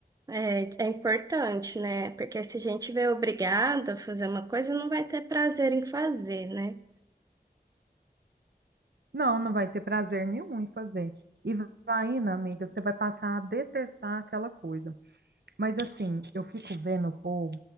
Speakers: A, on the right; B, on the right.
A: É, é importante, né? Porque se a gente vê obrigada a fazer uma coisa, não vai ter prazer em fazer, né?
B: Não, não vai ter prazer nenhum em fazer. E vai, indo, amiga, você vai passar a detestar aquela coisa. Mas assim, eu fico vendo o povo